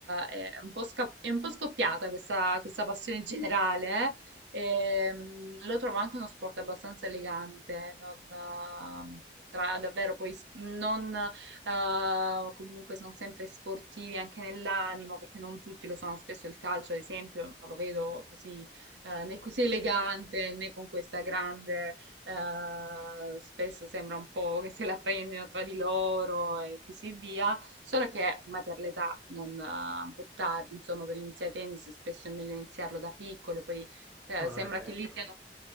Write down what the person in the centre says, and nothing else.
Eh, ma non
è detto.